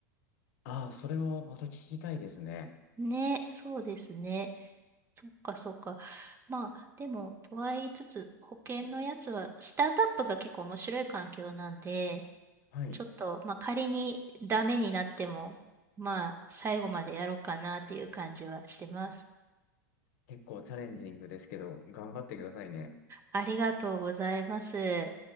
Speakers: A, on the left (about 60°); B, on the right (about 25°).
A: ああ、それをまた聞きたいですね。
B: ね、そうですね。そっかそっか。まあ、でも、とは言いつつ、保険のやつは、スタートアップが結構面白い環境なんで、
A: はい。
B: ちょっと、まあ、仮にダメになっても、まあ、最後までやろうかなっていう感じはしてます。
A: 結構チャレンジングですけど、頑張ってくださいね。
B: ありがとうございます。